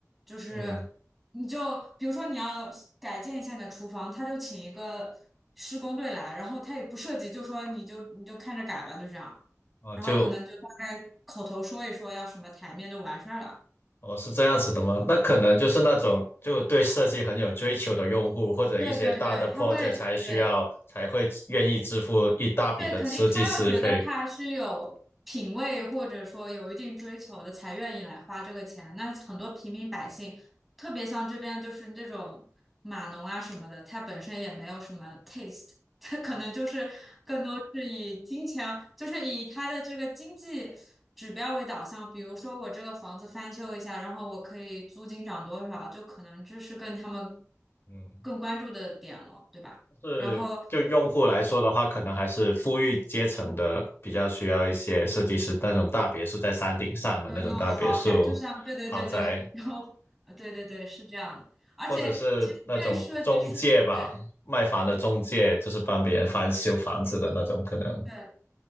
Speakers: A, in the centre; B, on the left.
A: 就是你就比如说你要改建一下你的厨房，
B: 嗯，
A: 他就请一个施工队来，然后他也不设计，就说你就你就看着改吧，就这样。
B: 哦，
A: 然后可能就大概口头说一说要什么台面就完事儿了。
B: 就哦是这样子的吗？那可能就是那种就对设计很有追求的用户，或者一些大的
A: 对对对，
B: project
A: 他会，
B: 才需要才会愿意支付一大笔的设计师费。
A: 对对，肯定他要觉得他是有品位或者说有一定追求的，才愿意来花这个钱。那很多平民百姓，特别像这边就是这种码农啊什么的，他本身也没有什么 taste，<laughs> 他可能就是都是以金钱，就是以他的这个经济指标为导向。比如说我这个房子翻修一下，然后我可以租金涨多少，就可能这是跟他们
B: 嗯，
A: 更关注的点了，对吧？
B: 是就用户来说的话，
A: 然后
B: 可能还是富裕阶层的比较需要一些设计师，那种大别墅在山顶上的那种大别墅
A: 有那种豪宅，就像对对对对，
B: 豪宅。
A: 然后呃对对对是这样的，而且其实对于设计师，
B: 或者是那种中介吧，
A: 对
B: 卖房的中介，就是帮别人翻修房子的那种，可能
A: 对，